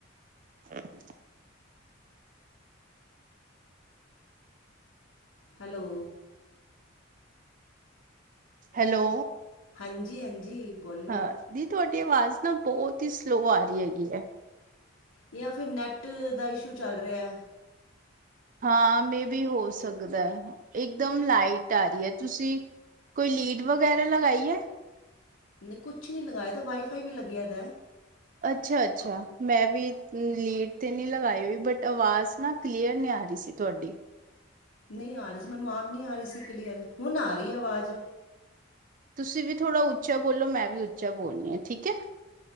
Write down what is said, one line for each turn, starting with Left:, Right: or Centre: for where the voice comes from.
Right: ਅੱ <inaudible>
Left: ਹੈਲੋ,
Right: ਹੈਲੋ,
Left: ਹਾਂਜੀ- ਹਾਂਜੀ। ਬੋਲੋ
Right: ਹਾਂ ਦੀ ਤੁਹਾਡੀ ਆਵਾਜ਼ ਨਾ ਬਹੁਤ ਹੀ ਸਲੋ ਆ ਰਹੀ ਹੈਗੀ ਹੈ।
Left: ਜਾਂ ਫੇਰ ਨੈੱਟ ਦਾ ਇਸ਼ੂ ਚੱਲ ਰਿਹਾ।
Right: ਹਾਂ ਮੇ ਬੀ ਹੋ ਸਕਦਾ, ਇੱਕਦਮ ਲਾਈਟ ਆ ਰਹੀ ਹੈ, ਤੁਸੀਂ। ਕੋਈ ਲੀਡ ਵਗੈਰਾ ਲਗਾਾਈ ਹੈ।
Left: ਨਹੀਂ ਕੁਛ ਨਹੀਂ ਲਗਾਇਆ ਤਾਂ ਵਾਈ ਫਾਈ ਵੀ ਲੱਗੇਆ ਦਾ ਹੈ।
Right: ਅੱਛਾ- ਅੱਛਾ ਮੈਂ ਵੀ ਲੀਡ ਤੇ ਨਹੀਂ ਲਗਾਈ ਹੋਈ ਬਟ ਆਵਾਜ਼ ਨਾ ਕਲੀਅਰ ਨਹੀਂ ਆ ਰਹੀ ਸੀ ਤੁਹਾਡੀ।
Left: ਨਹੀਂ ਆ ਰਹੀ ਸੀ, ਮੈਨੂੰ ਆਪ ਨਹੀਂ ਆ ਰਹੀ ਸੀ ਕਲੀਅਰ, ਹੁਣ ਆ ਰਹੀ ਆਵਾਜ਼।
Right: ਤੁਸੀਂ ਵੀ ਥੋੜਾ ਉੱਚਾ ਬੋਲੋ, ਮੈਂ ਵੀ ਉੱਚਾ ਬੋਲਣੀ ਹਾਂ ਠੀਕ ਹੈ।